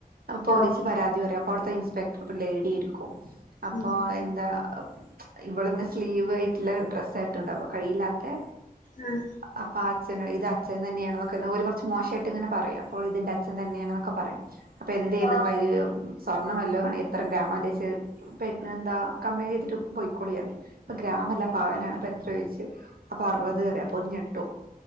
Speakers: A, on the right (about 75°); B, on the left (about 55°).
A: അപ്പ പോലീസിൽ
B: ആഹ്
A: പരാതി പറയും അപ്പ അവിടുത്തെ ഇൻസ്പെക്ടപ്ള്ള ലേഡിയായിരിക്കും അപ്പൊ
B: ഉം
A: ഹ് എന്താ ഇവളിങ്ങനെ സ്ലീവ് ആയിട്ട്ള്ള ഡ്രസ്സാണ് ഇട്ട്ണ്ടാവാ കയ്യില്ലാത്തെ
B: ആഹ്
A: അപ്പൊ അച്ഛന് ഇത് അച്ഛൻ തന്നെയാണെന്നൊക്കെ ഒരു കുറച്ച് മോശായിട്ട്ങ്ങനെ പറയും അപ്പോൾ ഇതിന്റെ അച്ഛൻ തന്നെയാണെന്നൊക്കെ പറയും അപ്പൊ എന്തേര്ന്നു
B: ആഹ്
A: ഇങ്ങളയിൽ സ്വർണ്ണ വല്ലോ ആണെയില് എത്ര ഗ്രാമാണ് പിന്നെ എന്താ കംപ്ലയിന്റ്യ്തിട്ട് പോയിക്കോളിന്ന്റയും അപ്പ ഗ്രാമല്ല പവനാണ് അപ്പൊ എത്രേ ചോയ്ച്ച് അപ്പൊ അറുവത് ന്നറയും അപ്പൊ ഓര് ഞെട്ടും